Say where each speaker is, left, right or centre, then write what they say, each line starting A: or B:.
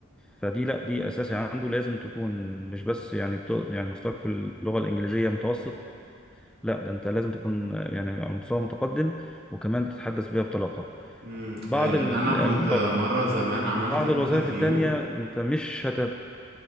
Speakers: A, in the centre; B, on the right.
A: فدي لا دي اساسي عنده لازم تكون مش بس يعني بتو يعني مستواك في اللغه الانجليزيه متوسط لا ده انت لازم تكون آه، يعني على مستوى متقدم وكمان تتحدث بيها بطلاقه
B: مم.
A: بعض
B: آه، يعني
A: ال...
B: أنا كنت
A: يعني
B: مرة زمان عملت
A: بعض
B: انترفيو
A: الوظائف التانية انت مش هت